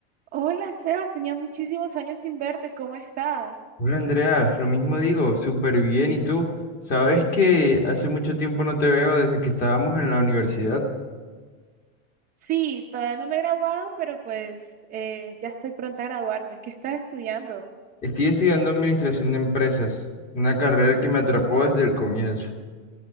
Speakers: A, on the right; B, on the left.
A: Hola, Sebas, tenía muchísimos años sin verte, ¿cómo estás?
B: Hola Andrea, lo mismo digo, súper bien. ¿Y tú? Sabes que hace mucho tiempo no te veo desde que estábamos en la universidad.
A: Sí, todavía no me he graduado, pero pues eh, ya estoy pronta a graduarme. ¿Qué estás estudiando?
B: Estoy estudiando administración de empresas, una carrera que me atrapó desde el comienzo.